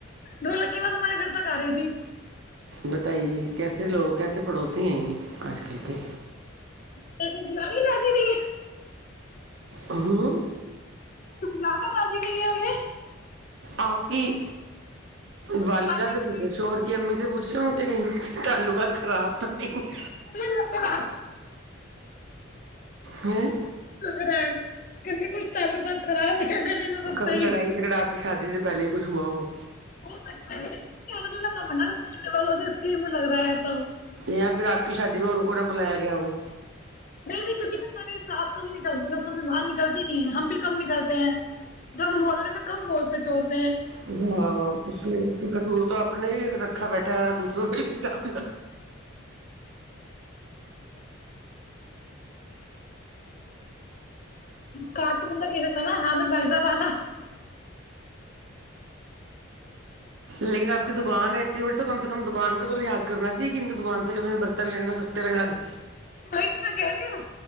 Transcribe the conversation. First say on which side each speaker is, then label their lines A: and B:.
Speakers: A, on the left (about 40°); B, on the right (about 65°).
A: دو لک کی بات ہمارے گھر تک آ رہی تھی
B: بتائیے کیسے لوگ کیسے پڑوسی ہیں آج کل کے
A: ب تو جل ہی لاجی رہی ہے
B: ہاں
A: کچ بلا کر راازی نہیں ہے ہمیں
B: آپی
A: ہم
B: والدہ
A: جانے
B: سے
A: کے
B: پوچھو
A: لیے
B: شوہر کی امی ج بوھ ہں کہیں چالو کر خراب تو نہیں
A: لگ رہا
B: ہیں
A: م رہا ہے کے کوچ تلو بعات خراب ہے گلی میں سب
B: کبھی
A: صحیح
B: لڑائی جھگڑا پ کی شادی سے پہلے ہی کچھ ہوا ہو
A: ہو سکتا ہے کیا کام اسکیم لگتا ہےس
B: یا پھر آق ہی شاد میں انن کوا بلایا جاؤ
A: نہیں نہیں کیونکہ نہیں ہماری ساس کم نکلتی رسوں میں باہر نکلتی نہیں ہم بھی کم نکلتے ہیں دم بولنے میں کم بولتے چ
B: ہاں کشور تو اپنے ہی رکھا بیٹھا والا دوسروں کو شام
A: ک تو بند پ ستا نا ہاں پر با با
B: لیکن آپ کی دکان ہے اتنی بڑی تو کم سے کم دکان کا تو لحاظ کرنا جین کی دکان سے میں برن لنے ہو تیر خای
A: وہی تو میں کہہ رہی ہوں